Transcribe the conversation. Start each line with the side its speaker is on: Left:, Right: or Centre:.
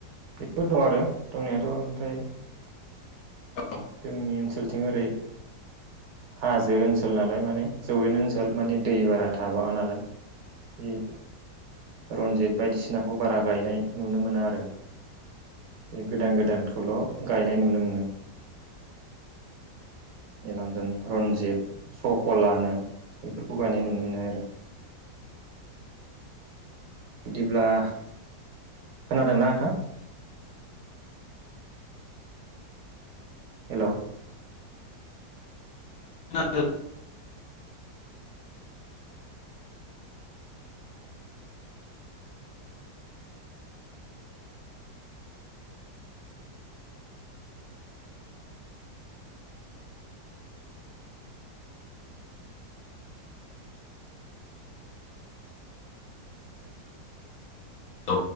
Right: बेफोर दं आरो दंनायाथ' ओमफ्राय
Left: औ।
Right: जोंनि ओनसोलथिं ओरै हाजो ओनसोलनालाय माने जौयेन ओनसोल माने दै बारा थाबाङा नालाय जि रन्जित बायदिसिनाखौ बारा गायनाय नुनो मोना आरो। बे गोदान गोदानखौल' गायनाय नुनो मोनो <inaudible> निलामजोन, रनजित, सफला होनो बेफोरखौ गायनाय नुनो मोननाय आरो। <inaudible> बिदिब्ला खोनादोंना नोंथां? हेलौ।
Left: खोना
Right: <inaudible>
Left: <inaudible>
Right: <inaudible> <inaudible>
Left: औ